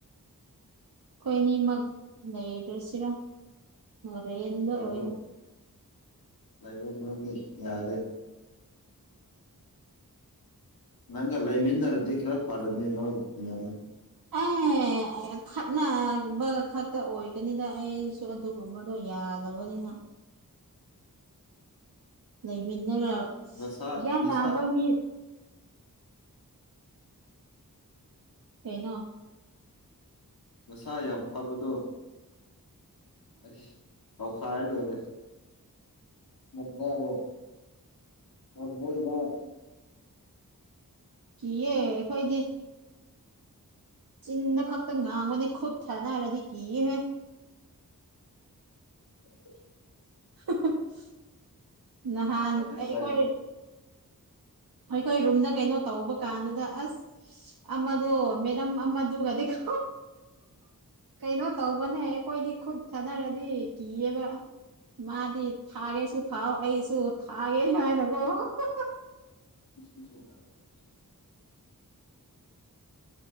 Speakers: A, on the right; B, on the left.
A: ꯑꯩꯈꯣꯏ ꯑꯅꯤꯃꯛ ꯂꯩꯔꯁꯤꯔꯥ ꯔꯦꯟꯗ
B: ꯂꯩꯥꯔꯣ
A: ꯑꯣꯏꯅ
B: ꯂꯩꯔꯣ ꯅꯣꯢ ꯑꯅꯤ ꯌꯥꯔꯦ ꯅꯪꯒ ꯂꯩꯃꯤꯟꯅꯔꯗꯤ ꯈꯔ ꯐꯔꯅꯤ ꯅꯣꯏ <unintelligible>
A: ꯑꯦ ꯈꯠꯅꯕ ꯈꯛꯇ ꯑꯣꯏꯒꯅꯤꯗ ꯑꯩꯁꯨ ꯑꯗꯨꯒꯨꯝꯕꯗꯣ ꯌꯥꯗꯕꯅꯤꯅ ꯂꯩꯃꯤꯟꯅꯔ <unintelligible>
B: ꯅꯁꯥ
A: ꯒ꯭ꯌꯥꯟ
B: ꯅꯤꯁꯥ
A: ꯇꯥꯕ ꯃꯤ ꯀꯩꯅꯣ
B: ꯅꯁꯥ ꯌꯥꯝ ꯐꯕꯗꯣ ꯑꯁ ꯇꯧꯈꯥꯏꯔ ꯂꯣꯏꯔꯦ ꯃꯨꯛꯕꯥꯔꯣ ꯑ ꯃꯣꯏ ꯃꯥ
A: ꯀꯤꯌꯦ ꯑꯩꯈꯣꯏꯗꯤ ꯆꯤꯟꯗ ꯈꯛꯇ ꯉꯥꯡꯕꯅꯦ ꯈꯨꯠ ꯊꯥꯅꯔꯗꯤ ꯀꯤꯌꯦꯍꯦ
B: <inaudible>
A: <unintelligible> ꯅꯍꯥꯟ
B: ꯃꯣꯏꯅ
A: ꯑꯩꯈꯣꯏ
B: ꯇ꯭ꯔꯥꯏ
A: ꯑꯩꯈꯣꯏ ꯔꯨꯝꯗ ꯀꯩꯅꯣ ꯇꯧꯕ ꯀꯥꯟꯗꯨꯗ ꯑꯁ <unintelligible> ꯑꯃꯗꯣ ꯃꯦꯗꯝ ꯑꯃꯗꯨꯒꯗꯤ <unintelligible> ꯀꯩꯅꯣ ꯇꯧꯕꯅꯦ ꯑꯩꯈꯣꯏꯗꯤ ꯈꯨꯠ ꯊꯥꯅꯔꯗꯤ ꯀꯤꯌꯦꯕ ꯃꯥꯗꯤ ꯊꯥꯒꯦꯁꯨ ꯊꯥꯎ ꯑꯩꯁꯨ ꯊꯥꯒꯦ ꯍꯥꯏꯅꯀꯣ <unintelligible>
B: <inaudible>